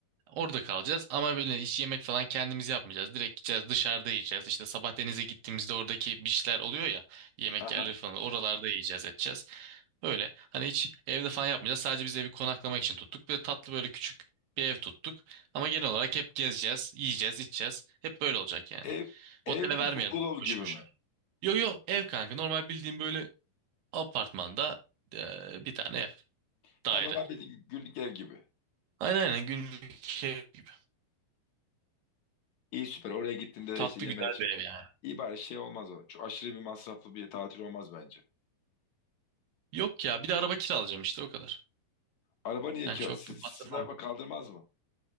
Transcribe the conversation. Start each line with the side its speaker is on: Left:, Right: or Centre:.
Right: Orada kalacağız ama böyle hiç yemek falan kendimiz yapmayacağız. Direkt gideceğiz dışarıda yiyeceğiz. İşte sabah denize gittiğimizde oradaki beachler oluyor ya yemek
Left: Aha.
Right: yerleri falan oralarda yiyeceğiz edeceğiz. böyle hani hiç evde falan yapmayacağız. Sadece biz evi konaklamak için tuttuk. Böyle tatlı böyle küçük bir ev tuttuk. Ama genel olarak hep gezeceğiz, yiyeceğiz, içeceğiz. Hep böyle olacak yani.
Left: Ev, ev
Right: Otele vermeyelim
Left: mi bungalov
Right: boşu
Left: gibi
Right: boşuna.
Left: mi?
Right: Yo yo ev kanka normal bildiğim böyle apartmanda eee, bir tane ev
Left: Ha
Right: daire.
Left: normal bir günlük ev gibi.
Right: Aynen aynen günlük ev gibi.
Left: İyi süper. Oraya gittiğinde de
Right: Tatlı
Left: işte yeme
Right: güzel
Left: iç.
Right: bir ev yani.
Left: İyi bari şey olmaz o. Çok aşırı bir masraflı bir tatil olmaz bence.
Right: Yok ya bir de araba kiralayacağım işte o kadar.
Left: Araba niye
Right: Yani
Left: ki?
Right: çok
Left: Sizin
Right: bir masraf olmuyor.
Left: araba kaldırmaz mı?